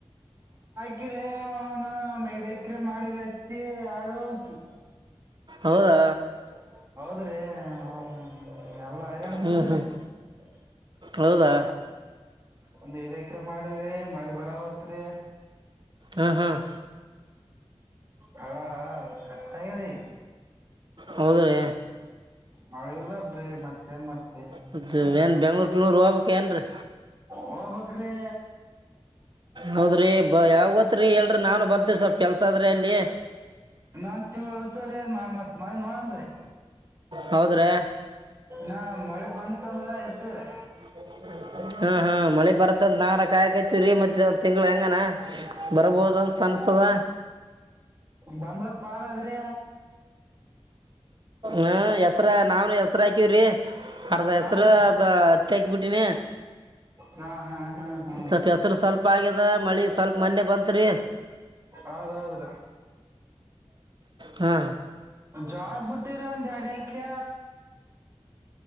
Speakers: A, on the right; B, on the right.
A: ಎಕರೆ ಒನ್ ಒಂದ್ ಐದ್ ಎಕರೆ ಮಾಡಿರ ಹತ್ತಿ ಅಗ್ವಾಲ್ಡು
B: ಹೌದಾ
A: <unintelligible>
B: ಹ್ಮ್ ಹ್ಮ್ ಹೌದಾ
A: ಒಂದ್ ಐದು ಎಕರೆ ಮಾಡವ್ರಿ ಮಳಿ ಬರುವಲ್ಟ್ರಿ
B: ಹ್ಮ್ ಹ್ಮ್
A: ಹಾ ಹಾ ರಿ ಕಟ್ ಆಗ್ಯವರಿ
B: ಹೌದ್ರೀ
A: ಮಳಿ ಇಲ್ಲ ಅಲ್ರೀ ಮತ್ತೇನ್ ಮಾಡ್ತಿ
B: ಮತ್ ಏನ್ ಬೆಂಗ್ಳೂರ್ ಬೆಂಗ್ಳೂರ್ ಹೋಗ್ಬೇಕ್ ಏನ್ರಿ
A: ಹೋಗ್ಬೇಕ್ರಿ
B: ಹೌದ್ರಿ ಬ ಯಾವ ಗೋತ್ರಿ ಹೇಳರಿ ನಾನು ಬರ್ತೀವಿ ಸ್ವಲ್ಪ ಕೆಲ್ಸ ಆದ್ರೆ ಅಲ್ಲಿ
A: ಇನೊಂದು ತಿಂಗಳ ಇರ್ತುದ ರಿ ಮತ ಮಳಿ ನೋಡಂಬ್ರಿ
B: ಹೌದ್ರೀ
A: ಹಾ ಮಳೆ ಬಂತಂದ ಇರ್ತಾದ್ರಿ
B: <unintelligible> ಹಾ ಹಾ ಮಳಿ ಬರ್ತದ ಅಂತ ನಾ ಕಾಯಕತಿರಿ ಮತ್ತೆ ಇದೊಂದು ತಿಂಗಳು ಹೆಂಗಾನ ಬರಬಹುದು ಅಂತ ಅನ್ಸ ತದ
A: ಬಂದ್ರ ಪಾಳ ಅದರಿ
B: ಹಾ ಹೆಸರ ನಾವನು ಹೆಸ್ರ ಹಾಕೀವ್ರಿ ಅರ್ದ ಹೆಸರು
A: ಹಾ ರೀ
B: ಅದು ಹತ್ತಿ ಹಾಕ ಬಿಟ್ಟಿನಿ
A: ಹಾ ಹಾ ಹಾ ಹಾ
B: ಸ್ವಲ್ಪ ಹೆಸರು ಸ್ವಲ್ಪ ಆಗ್ಯದ ಮಳಿ ಸ್ವಲ್ಪ ಮನ್ನೆ ಬಂತ್ರಿ
A: ಹೌದೌದ್ರಿ
B: ಹ
A: ಜ್ವಾಳದ ಬುಟ್ಟಿ ರಿ ಒಂದ್ ಎರಡು ಎಕ್ರಿ